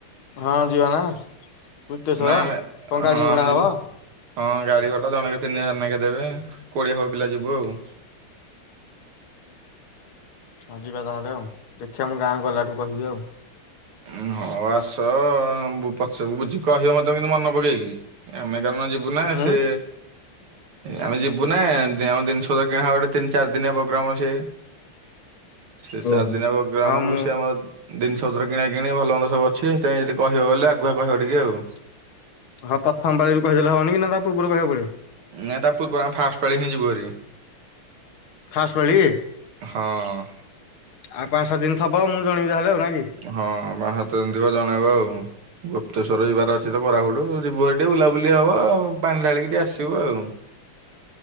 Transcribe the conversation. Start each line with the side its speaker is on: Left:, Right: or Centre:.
Left: ହଁ ଯିବା ନା ଗୁପ୍ତେଶ୍ଵର
Right: ନାଇ ଆମେ
Left: କଣ ଗାଡ଼ି
Right: ହଁ
Left: ଭଡ଼ା
Right: ଆମେ ଯିବୁ
Left: ହବ?
Right: ହଁ ଗାଡି ଭଡା ଜଣକା ତିନି ହଜାର ନେଖେ ଦେବେ କୋଡିଏ ହବ ପିଲା ଯିବୁ ଆଉ
Left: ହଁ ଯିବା ତାହେଲେ ଆଉ ଦେଖିବା ମୁଁ ଗାଁକୁ ଗଲା ଠୁ କହିବି ଆଉ
Right: ଉ ହଉ ଆସ ପଛକୁ ବୁଝି କହିବ ମତେ କିୁ ମନେ ପକେଇକି ଆମେ କଣ ଯିବୁ ନା
Left: ଉଁ
Right: ସେ ଆମେ ଯିବୁ ନା ଆମ ଜିନିଷର କିଣା ହବ ଗୋଟେ ତିନି ଚାରି ଦିନିଆ ପ୍ରୋଗ୍ରାମ ଅଛି ସେ
Left: ଓହୋ।
Right: ଚାରି ଦିନ ହେ ଗ୍ରାମକୁ
Left: ହଁ ମୁଁ
Right: ସେ ଆମର ଦିନ ସଦର କିଣା କିଣି ଭଲ ମନ୍ଦ ସବୁ ଅଛି ସେଥିପାଇଁ ଯଦି କହିବ ବୋଲେ ଆଗୁଆ କହିବ ଟିକେ ଆଉ
Left: ହଁ ପ୍ରଥମ ପାଳି ରୁ କହିଦେଲେ ହବନି କି ନା ପୂର୍ବରୁ କହିବାକୁ ପଡିବ?
Right: ନାଇ ତା ପୂର୍ବରୁ ଆମେ ଫାଷ୍ଟ ପା ଳି ହି ଯିବୁହେରି
Left: ଫାଷ୍ଟ ପାଳି ଆଉ
Right: ହଁ
Left: ପାଞ୍ଚ ସାତ ଦିନ ଥବ ମୁଁ ଜଣେଇବି ତାହେଲେ ଆଉ ନା କି?
Right: ହଁ ମା ହାତଧଙ୍କ ଜଣେଇବ ଆଉ ଗୁପ୍ତେଶ୍ଵର ଯିବାର ଅଛି ତ କରାହ ଯିବୁ ଟିକେ ବୁଲାବୁଲି ହବ ପାଣି ଢାଳିକି ଟିକେ ଆସିବୁ ଆଉ